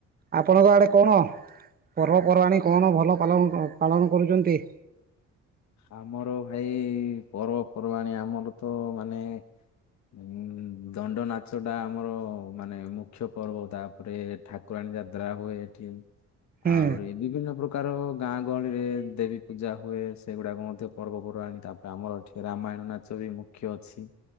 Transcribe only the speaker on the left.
ଆମର ଭାଇ ପର୍ବପର୍ବାଣି ଆମର ତ ମାନେ ଉଁ ଦଣ୍ଡନାଚ ଟା ଆମର ମାନେ ମୁଖ୍ୟ ପର୍ବ ତାପରେ ଠାକୁରାଣୀ ଯାତ୍ରା ହୁଏ, ଏଠି
ଆହୁରି ବିଭିନ୍ନ ପ୍ରକାର ଗାଁ ଗହଳିରେ ଦେବୀ ପୂଜା ହୁଏ, ସ ସେଗୁଡାକ ମଧ୍ୟ ପର୍ବପର୍ବାଣି ତାପରେ ଆମର ଏଠି ରାମାୟଣ ନାଚ ବି ମୁଖ୍ୟ ଅଛି।